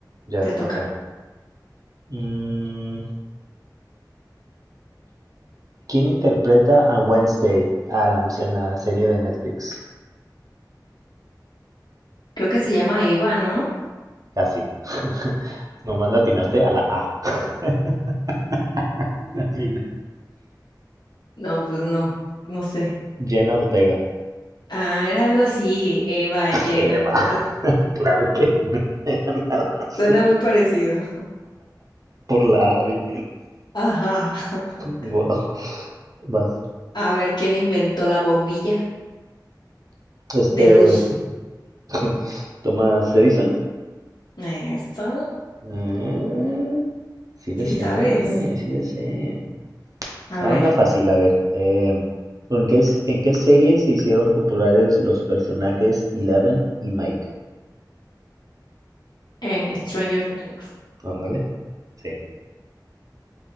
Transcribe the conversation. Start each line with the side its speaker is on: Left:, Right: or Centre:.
Right: Ya,
Left: Te toca.
Right: ok. Mm, ¿quién interpreta a Wednesday Adams en la serie de Netflix?
Left: Creo que se llama Eva, ¿no?
Right: Casi. <laughs> Nomás latinaste a la A. <laughs> La fina.
Left: No, pues no, no sé.
Right: Jenna Ortega.
Left: Ah, era algo así, Eva, llena,
Right: Eva, <laughs> claro que no <laughs> era dan nada más
Left: Suena muy parecido.
Right: por la AVI.
Left: Ajá. <laughs>
Right: Wow, vas.
Left: A ver, ¿quién inventó la bombilla
Right: Este,
Left: de luz?
Right: <laughs> Thomas Edison.
Left: Eso.
Right: Eh, sí le
Left: Sí
Right: sé,
Left: sabes.
Right: sí le sé.
Left: A
Right: Ah,
Left: ver,
Right: una fácil, a ver. eh, ¿en qué, s- en qué series se hicieron populares los personajes Eleven y Mike?
Left: en Stranger Things.
Right: Ándale. Sí.